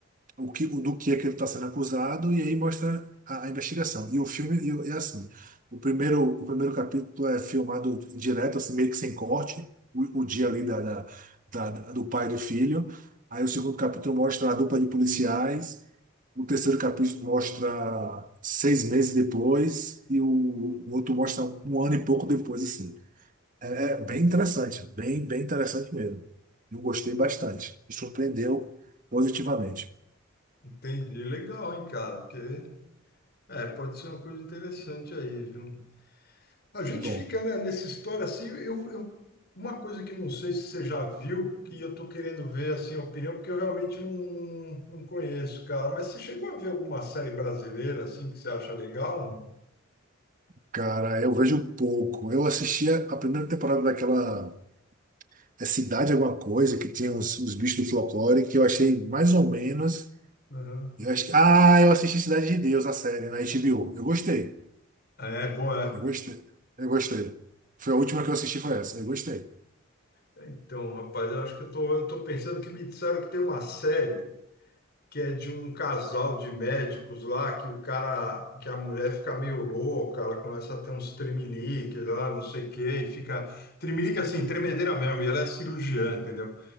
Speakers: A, on the right; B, on the left.
A: o que, o do que é que ele está sendo acusado, e aí mostra a, a investigação. E o filme e o- é assim: o primeiro, o primeiro capítulo é filmado direto, assim, meio que sem corte, o, o dia ali da, da- da- do pai e do filho. Aí o segundo capítulo mostra a dupla de policiais. O terceiro capítulo mostra seis meses depois e o, o outro mostra um ano e pouco depois, assim. É, é bem interessante, bem, bem interessante mesmo. Eu gostei bastante. Me surpreendeu positivamente.
B: Entendi, legal, hein, cara? Porque é, pode ser uma coisa interessante aí, viu? A gente
A: Bom.
B: fica, né, nessa história assim, eu, eu- uma coisa que não sei se você já viu, que eu tô querendo ver assim a opinião, porque eu realmente não, não conheço, cara. Mas você chegou a ver alguma série brasileira assim que você acha legal,
A: Cara, eu vejo pouco. Eu assistia a primeira temporada daquela é Cidade Alguma Coisa, que tinha os, os bichos do folclore, que eu achei mais ou menos.
B: não? Uhum.
A: Eu acho que- Ah, eu assisti Cidade de Deus, a série, na HBO. Eu gostei.
B: É, boa.
A: Eu gostei. Eu gostei. Foi a última que eu assisti, foi essa. Eu gostei.
B: é. Então, rapaz, eu acho que eu tô, eu tô pensando que me disseram que tem uma série. que é de um casal de médicos lá, que o cara, que a mulher fica meio louca, ela começa a ter uns tremelique lá, não sei o quê, e fica tremelique assim, tremedeira mesmo, e ela é cirurgiã, entendeu?